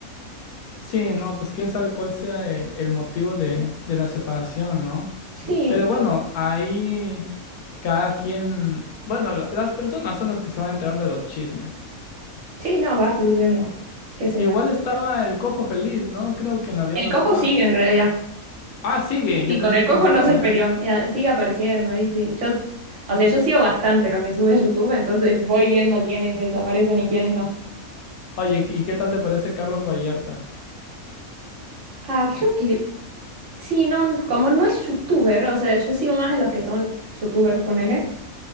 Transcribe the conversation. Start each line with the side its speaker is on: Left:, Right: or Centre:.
Left: Sí, no, pues quién sabe cuál sea el, el motivo de, de la separación, ¿no?
Right: Sí,
Left: Pero bueno, ahí cada quien, bueno, la- las personas son las que se van enterando de los chismes.
Right: sí, no, va fluyendo. ¿Qué sé
Left: Igual
Right: yo?
Left: estaba el Cojo Feliz, ¿no? Creo que en la Diablo
Right: El cojo
Left: Squad.
Right: sigue en realidad.
Left: Ah, sigue,
Right: Y
Left: yo
Right: con
Left: pensé
Right: el
Left: que
Right: cojo
Left: no estaba
Right: no se
Left: ya.
Right: peleó, y a- sigue apareciendo ahí, sí. Yo, o sea, yo sigo bastante lo que sube YouTube, entonces voy viendo quiénes desaparecen y quiénes no.
Left: Oye, ¿y qué tal te parece Carlos Vallarta?
Right: Ah, creo que sí, no, n- como no es youtuber, o sea, yo sigo más a los que son youtubers, ponele.